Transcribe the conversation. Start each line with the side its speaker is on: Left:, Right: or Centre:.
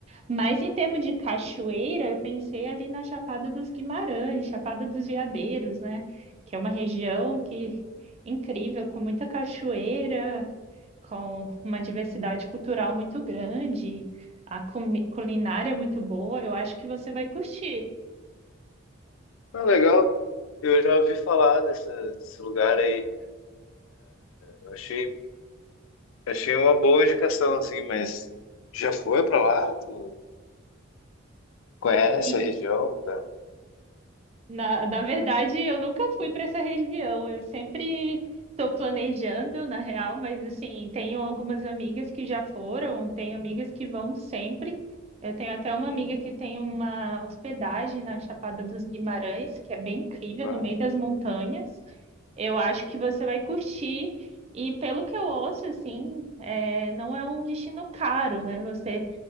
Right: Mas em termos de cachoeira, eu pensei ali na Chapada dos Guimarães, Chapada dos Veadeiros, né? Que é uma região que incrível, com muita cachoeira, com uma diversidade cultural muito grande, a comi- culinária muito boa. Eu acho que você vai curtir.
Left: Ah, legal. Eu já ouvi falar desse, desse lugar aí. Eu achei Achei uma boa indicação, assim, mas já foi pra lá? Tu conhece
Right: E
Left: a região, tá?
Right: Na, na verdade, eu nunca fui para essa região. Eu sempre estou planejando, na real, mas assim, tenho algumas amigas que já foram, tenho amigas que vão sempre. Eu tenho até uma
Left: Uhum.
Right: amiga que tem uma hospedagem na Chapada dos Guimarães, que é bem incrível,
Left: Bah.
Right: no meio das montanhas. Eu acho que você vai curtir. E pelo que eu ouço, assim, é, não é um destino caro, né? Você